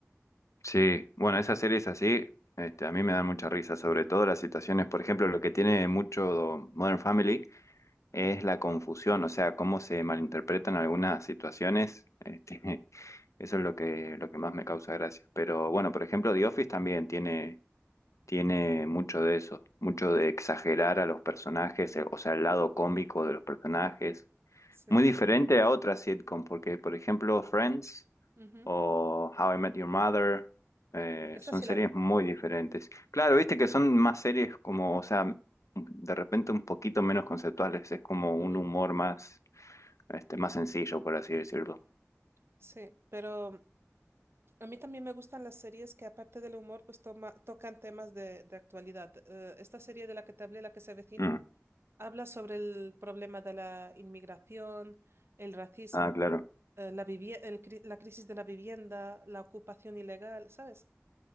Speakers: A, on the left; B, on the right.
A: Sí, bueno, esas series así, este, a mí me dan mucha risa, sobre todo las situaciones, por ejemplo, lo que tiene mucho Modern Family es la confusión, o sea, cómo se malinterpretan algunas situaciones. Este, <laughs> eso es lo que, lo que más me causa gracia. Pero bueno, por ejemplo, The Office también tiene Tiene mucho de eso, mucho de exagerar a los personajes, eh, o sea, el lado cómico de los personajes.
B: Sí.
A: Muy diferente a otras sitcom, porque por ejemplo Friends
B: Ujú.
A: o How I Met Your Mother eh,
B: Esa
A: son
B: sí
A: series
B: la vi.
A: muy diferentes. Claro, viste que son más series como, o sea, de repente un poquito menos conceptuales, es como un
B: Ujú.
A: humor más, este, más sencillo, por así decirlo.
B: Sí, pero A mí también me gustan las series que aparte del humor, pues toma- tocan temas de, de actualidad. Eh, esta serie de la que te hablé, la que se avecina,
A: Mm,
B: habla sobre el problema de la inmigración, el racismo,
A: Ah, claro,
B: eh, la vivie- el cri- la crisis de la vivienda, la ocupación ilegal, ¿sabes?